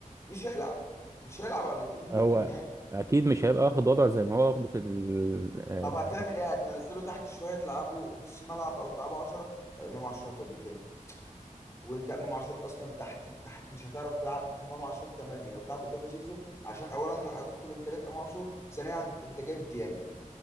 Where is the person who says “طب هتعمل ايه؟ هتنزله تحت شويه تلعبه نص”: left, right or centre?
Left